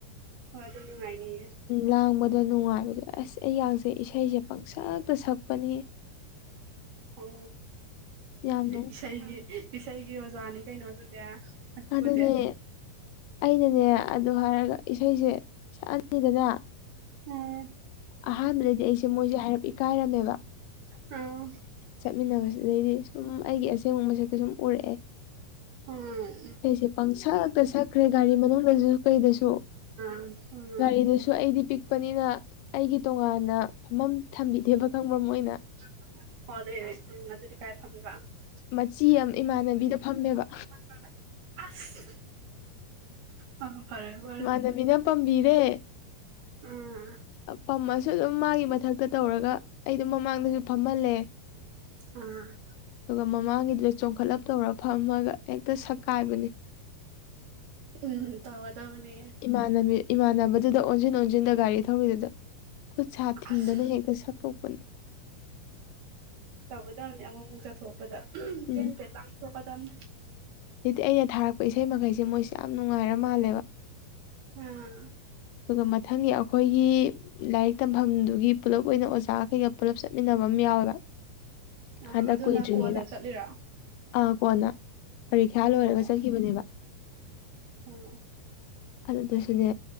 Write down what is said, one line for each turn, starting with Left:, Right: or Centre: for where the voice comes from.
Right: ꯍꯣꯏ ꯑꯗꯨ ꯅꯨꯡꯉꯥꯏꯅꯤꯌꯦ
Left: ꯂꯥꯡꯕꯗ ꯅꯨꯡꯉꯥꯏꯕꯗꯣ ꯑꯁ ꯑꯩ ꯉꯡꯖꯩ ꯏꯁꯩꯁꯦ ꯄꯪꯁꯛꯇ ꯁꯛꯄꯅꯤ꯫
Right: ꯑꯣ
Left: ꯌꯥꯝꯅ
Right: ꯏꯁꯩꯒꯤ ꯏꯁꯩꯒꯤ ꯑꯣꯖꯥꯅꯤ ꯀꯩꯅꯣ ꯑꯗꯨꯗꯤ꯫ ꯑꯗꯨꯕꯨꯗꯤ
Left: ꯑꯗꯨꯅꯦ ꯑꯩꯅꯅꯦ ꯑꯗꯨ ꯍꯥꯏꯔꯒ ꯏꯁꯩꯁꯦ ꯁꯛꯑꯅꯤꯗꯅ,
Right: ꯎꯝ
Left: ꯑꯍꯥꯟꯕꯗꯗꯤ ꯑꯩꯁꯦ ꯃꯣꯏꯁꯦ ꯍꯥꯏꯔꯞ ꯏꯀꯥꯏꯔꯝꯃꯦꯕ,
Right: ꯎꯝ
Left: ꯆꯠꯃꯤꯟꯅꯕꯁꯤꯗꯩꯗꯤ ꯁꯨꯝ ꯑꯩꯒꯤ ꯑꯁꯦꯡꯕ ꯃꯁꯦꯠꯀ ꯁꯨꯝ ꯎꯔꯛꯑꯦ꯫
Right: ꯎꯝ
Left: ꯏꯁꯩꯁꯦ ꯄꯪꯁꯛꯂꯛꯇ ꯁꯛꯈ꯭ꯔꯦ ꯒꯥꯔꯤ ꯃꯅꯨꯡꯗꯁꯨ ꯀꯩꯗꯁꯨ꯫
Right: <unintelligible>
Left: ꯒꯥꯔꯤꯗꯨꯁꯨ ꯑꯩꯗꯤ ꯄꯤꯛꯄꯅꯤꯅ, ꯑꯩꯒꯤ ꯇꯣꯉꯥꯟꯅ ꯐꯝꯐꯝ ꯊꯝꯕꯤꯗꯦꯕ ꯈꯪꯕ꯭ꯔꯥ ꯃꯣꯏꯅ꯫
Right: <unintelligible>
Left: ꯃꯆꯤ ꯑꯃ ꯏꯃꯥꯟꯅꯕꯤꯗ ꯐꯝꯃꯦꯕ꯫
Right: <unintelligible> ꯑꯣ ꯐꯔꯦ ꯐꯔꯦ
Left: ꯏꯃꯥꯟꯅꯕꯤꯅ ꯄꯥꯝꯕꯤꯔꯦ꯫
Right: ꯎꯝ
Left: ꯄꯝꯃꯁꯨ ꯑꯗꯨꯝ ꯃꯥꯒꯤ ꯃꯊꯛꯇ ꯇꯧꯔꯒ ꯑꯩꯗꯣ ꯃꯃꯥꯡꯗꯁꯨ ꯐꯝꯍꯜꯂꯦ꯫
Right: ꯎꯝ
Left: ꯑꯗꯨꯒ ꯃꯃꯥꯡꯒꯤꯗꯨꯗ ꯆꯣꯡꯈꯠꯂꯞ ꯇꯧꯔ ꯐꯝꯃꯒ ꯍꯦꯛꯇ ꯁꯛꯀꯥꯏꯕꯅꯤ꯫
Right: ꯎꯝ ꯇꯧꯒꯗꯕꯅꯤ꯫
Left: ꯏꯃꯥꯟꯅꯕꯤ ꯏꯃꯥꯟꯅꯕꯗꯨꯗ ꯑꯣꯟꯁꯤꯟ ꯑꯣꯟꯁꯤꯟꯗ ꯒꯥꯔꯤ ꯊꯧꯔꯤꯗꯨꯗ ꯈꯨꯠ ꯁꯥꯥ ꯊꯤꯟꯗꯅ
Right: ꯑꯁ
Left: ꯍꯦꯛꯇ ꯁꯠꯇꯣꯛꯄꯅꯦ꯫
Right: ꯇꯧꯒꯗꯕꯅꯦ ꯑꯃꯨꯛ ꯑꯃꯨꯛ ꯆꯠꯊꯣꯛꯄꯗ
Left: ꯎꯝ
Right: ꯇꯦꯟ ꯇꯦꯟ ꯂꯥꯡꯊꯣꯛꯀꯗꯕꯅꯤ꯫
Left: ꯑꯗꯩꯗꯤ ꯑꯩꯅ ꯊꯥꯔꯛꯄ ꯏꯁꯩ ꯃꯈꯩꯁꯦ ꯃꯣꯏꯁꯨ ꯌꯥꯝ ꯅꯨꯡꯉꯥꯏꯔ ꯃꯥꯜꯂꯦꯕ꯫
Right: ꯎꯝ
Left: ꯑꯗꯨꯒ ꯃꯊꯪꯒꯤ ꯑꯩꯈꯣꯏꯒꯤ, ꯂꯥꯏꯔꯤꯛ ꯇꯝꯐꯝꯗꯨꯒꯤ ꯄꯨꯂꯞ ꯑꯣꯏꯅ ꯑꯣꯖꯥꯈꯩꯒ ꯄꯨꯜꯂꯞ ꯆꯠꯃꯤꯟꯅꯕ ꯑꯃ ꯌꯥꯎꯋꯦꯕ,
Right: ꯎꯝ
Left: ꯍꯟꯗꯛ
Right: ꯑꯗꯨꯅ
Left: ꯀꯨꯏꯗ꯭ꯔꯤꯉꯩꯗ
Right: ꯀꯣꯟꯅ ꯆꯠꯂꯤꯔꯣ ꯑꯣ
Left: ꯑꯥ ꯀꯣꯟꯅ꯫ ꯄꯔꯤꯈ꯭ꯌꯥ ꯂꯣꯏꯔꯒ
Right: ꯑꯣ
Left: ꯆꯠꯈꯤꯕꯅꯦꯕ꯫
Right: ꯎꯝ
Left: ꯑꯗꯨꯗꯨꯁꯨꯅꯦ